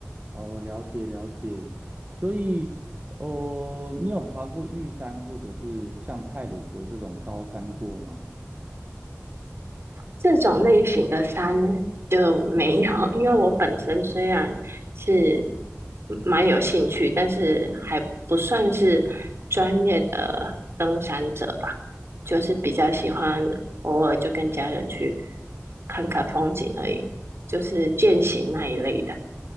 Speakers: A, on the right (about 35°); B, on the right (about 60°).
A: 哦，了解了解，所以，哦，你有爬过玉山或者是像太鲁阁这种高山过吗？
B: 这种类型的山就没有，<laughs> 因为我本身虽然是蛮有兴趣，但是还不算是专业的登山者吧，就是比较喜欢偶尔就跟家人去看看风景而已，就是健行那一类的。